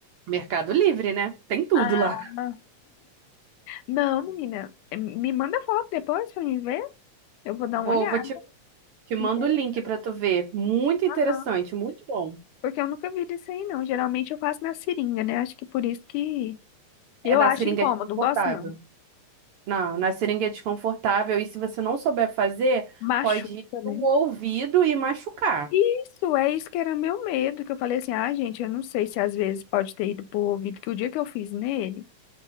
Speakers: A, on the right; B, on the left.
A: Mercado Livre, né? Tem tudo
B: Ah,
A: lá.
B: ah. não, menina, eh, me manda foto depois pra mim ver. Eu vou dar
A: Vou,
B: uma olhada.
A: vou Te mando
B: Interessante.
A: o link pra tu ver. Muito interessante,
B: Aham.
A: muito bom.
B: Porque eu nunca vi disso aí, não. Geralmente eu faço na seringa, né? Acho que por isso que eu
A: É na
B: acho
A: seringuete
B: incômodo,
A: confortável.
B: não gosto não.
A: Não, na seringuete confortável. E se você não souber fazer,
B: Machuca,
A: pode ir pro
B: né?
A: ouvido e machucar.
B: Isso, é isso que era meu medo, que eu falei assim, ah, gente, eu não sei se às vezes pode ter ido pro ouvido, que o dia que eu fiz nele,